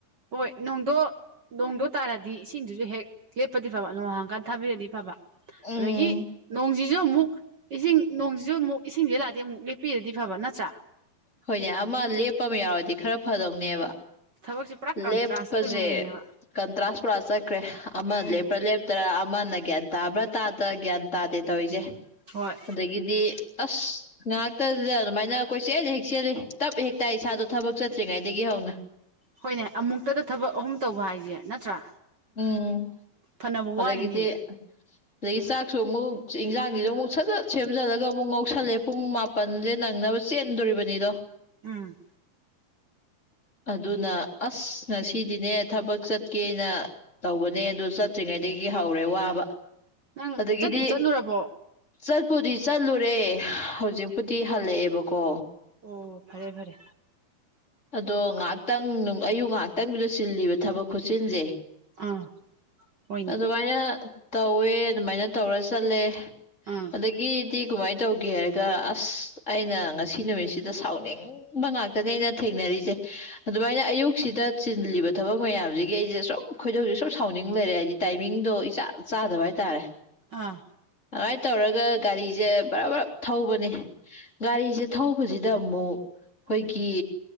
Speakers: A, on the right; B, on the left.
A: ꯍꯣꯏ ꯅꯣꯡꯗꯣ ꯅꯣꯡꯗꯣ ꯇꯥꯔꯗꯤ ꯏꯁꯤꯡꯗꯨꯁꯨ ꯍꯦꯛ ꯂꯦꯞꯄꯗꯤ ꯐꯕ ꯅꯣꯡꯍꯥꯡꯀꯥꯟ ꯊꯥꯕꯤꯔꯗꯤ ꯐꯕ꯫
B: ꯎꯝ
A: ꯑꯗꯒꯤ ꯅꯣꯡꯁꯤꯁꯨ ꯑꯃꯨꯛ ꯏꯁꯤꯡ ꯅꯣꯡꯁꯤꯁꯨ ꯑꯃꯨꯛ ꯏꯁꯤꯡꯗꯤ ꯂꯥꯛꯇꯦ ꯑꯃꯨꯛ ꯂꯦꯞꯄꯤꯔꯗꯤ ꯐꯕꯥ ꯅꯠꯇ꯭ꯔꯥ
B: ꯍꯣꯏꯅꯦ ꯑꯃ ꯂꯦꯞꯄ ꯑꯃ ꯌꯥꯎꯔꯗꯤ ꯈꯔ ꯐꯗꯧꯅꯦꯕ
A: ꯊꯕꯛꯁꯦ ꯄꯨꯔꯥ ꯀꯟꯇ꯭ꯔꯥꯁ
B: ꯂꯦꯞꯄꯖꯦ
A: ꯆꯠꯇꯣꯏ ꯃꯑꯣꯡꯅꯦꯕ
B: ꯀꯟꯇ꯭ꯔꯥꯁ ꯄꯨꯔꯥ ꯆꯠꯈ꯭ꯔꯦ ꯑꯃꯅ
A: ꯎꯝ
B: ꯂꯦꯞꯄ꯭ꯔꯥ ꯂꯦꯞꯇ꯭ꯔꯥ ꯑꯃꯅ ꯒ꯭ꯌꯥꯟ ꯇꯥꯕ꯭ꯔꯥ ꯇꯥꯗ ꯒ꯭ꯌꯥꯟ ꯇꯥꯗꯦ ꯇꯧꯔꯤꯁꯦ
A: ꯍꯣꯏ
B: ꯑꯗꯒꯤꯗꯤ ꯑꯁ ꯉꯥꯛꯇꯗ ꯑꯗꯨꯃꯥꯏꯅ ꯀꯣꯏꯆꯦꯟ ꯍꯦꯛ ꯆꯦꯜꯂꯤ ꯇꯞ ꯍꯦꯛꯇꯥꯏ ꯏꯁꯥꯗꯣ ꯊꯕꯛ ꯆꯠꯇ꯭ꯔꯤꯉꯩꯗꯒꯤ ꯍꯧꯅ꯫
A: ꯍꯣꯏꯅꯦ ꯑꯃꯨꯛꯇꯗ ꯊꯕꯛ ꯑꯍꯨꯝ ꯇꯧꯕ ꯍꯥꯏꯁꯦ ꯅꯠꯇ꯭ꯔꯥ
B: ꯎꯝ
A: ꯐꯅꯕ
B: ꯑꯗꯒꯤ
A: ꯋꯥꯅꯤꯅꯦ
B: ꯗꯤ ꯑꯗꯩ ꯆꯥꯛꯁꯨ ꯑꯃꯨꯛ ꯏꯟꯖꯥꯡꯖꯤꯖꯨ ꯑꯃꯨꯛ ꯁꯠꯖꯠ ꯁꯦꯝꯖꯜꯂꯒ ꯑꯃꯨꯛ ꯉꯧꯁꯜꯂꯦ ꯄꯨꯡ ꯄꯟꯖ‌ꯦ ꯅꯪꯅꯕ ꯆꯦꯟꯗꯣꯔꯤꯕꯅꯤꯗꯣ
A: ꯎꯝ
B: ꯑꯗꯨꯅ ꯑꯁ ꯉꯁꯤꯗꯤꯅꯦ ꯊꯕꯛ ꯆꯠꯀꯦꯅ ꯇꯧꯕꯅꯦ ꯑꯗꯨ ꯆꯠꯇ꯭ꯔꯤꯉꯩꯗꯒꯤ ꯍꯧꯔꯦ ꯋꯥꯕ
A: ꯅꯪ
B: ꯑꯗꯒꯤꯗꯤ
A: ꯆꯠꯄꯨ ꯆꯠꯂꯨꯔꯕꯣ
B: ꯆꯠꯄꯨꯗꯤ ꯆꯠꯂꯨꯔꯦ ꯍꯧꯖꯤꯛꯄꯨꯗꯤ ꯍꯜꯂꯛꯑꯦꯕꯀꯣ
A: ꯑꯣ ꯐꯔꯦ ꯐꯔꯦ
B: ꯑꯗꯣ ꯉꯥꯍꯥꯛꯇꯪ ꯑꯌꯨꯛ ꯉꯥꯍꯥꯛꯇꯪꯗꯨꯗ ꯆꯜꯂꯤꯕ ꯊꯕꯛ ꯈꯨꯠꯆꯤꯟꯁꯦ
A: ꯑꯥ ꯍꯣꯏꯅꯦ
B: ꯑꯗꯨꯃꯥꯏꯅ ꯇꯧꯋꯦ ꯑꯗꯨꯃꯥꯏꯅ ꯇꯧꯔ ꯆꯠꯂꯦ
A: ꯑꯥ
B: ꯑꯗꯒꯤ ꯇꯦ ꯀꯃꯥꯏꯅ ꯇꯧꯒꯦ ꯍꯥꯏꯔꯒ ꯑꯁ ꯑꯩꯅ ꯉꯁꯤ ꯅꯨꯃꯤꯠꯁꯤꯗ ꯁꯥꯎꯅꯤꯡꯕ ꯉꯥꯛꯇꯅꯦ ꯑꯩꯅ ꯊꯦꯡꯅꯔꯤꯁꯦ ꯑꯗꯨꯃꯥꯏꯅ ꯑꯌꯨꯛꯁꯤꯗ ꯆꯤꯜꯂꯤꯕ ꯊꯕꯛ ꯃꯌꯥꯝꯁꯤꯒꯤ ꯑꯩꯁꯦ ꯁꯨꯝ ꯑꯩꯈꯣꯏꯗ ꯖ‌ꯦ ꯁꯨꯝ ꯁꯥꯎꯅꯤꯡ ꯂꯩꯔꯦ ꯍꯥꯏꯗꯤ ꯇꯥꯏꯃꯤꯡꯗꯣ ꯏꯆꯥ ꯆꯥꯗꯕ ꯍꯥꯏꯇꯥꯔꯦ
A: ꯑꯥ
B: ꯑꯃꯥꯏ ꯇꯧꯔꯒ ꯒꯥꯔꯤꯖ‌ꯦ ꯕꯔꯞ ꯕꯔꯥꯞ ꯊꯧꯕꯅꯤ ꯒꯥꯔꯤꯖ‌ꯦ ꯊꯧꯕꯖꯤꯗ ꯑꯃꯨꯛ ꯑꯩꯈꯣꯏꯒꯤ